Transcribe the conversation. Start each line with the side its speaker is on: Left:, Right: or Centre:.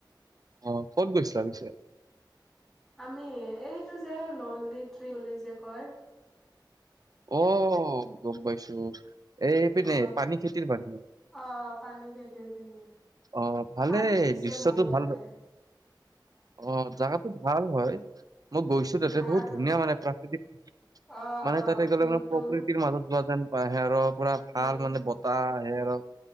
Right: অ', ক'ত গৈছিলা পিছে?
Centre: আমি এইটো যে লনলি ট্ৰি বুলি যে কয়।
Right: অ', গম পাইছো এই পিনে
Centre: অ
Right: পানী খেতিৰ পিনে
Centre: অ', পানী খেতি পিনে।
Right: অ', ভালেই
Centre: পানী হৈছে
Right: দৃশ্যটো
Centre: বহুত
Right: ভাল
Centre: তাতে
Right: অ জা ভাল হয় মই গৈছো
Centre: ভাল
Right: বহুত ধুনীয়া
Centre: হয়
Right: মানে প্ৰাকৃতিক,
Centre: অ
Right: মানে
Centre: অ
Right: তাতে গ'লে
Centre: ভিউটো
Right: মানে প্ৰকৃতিৰ মাজত যোৱা যেন আহে ৰ পুৰা ভাল
Centre: উম
Right: মানে বতাহ আহে ৰ'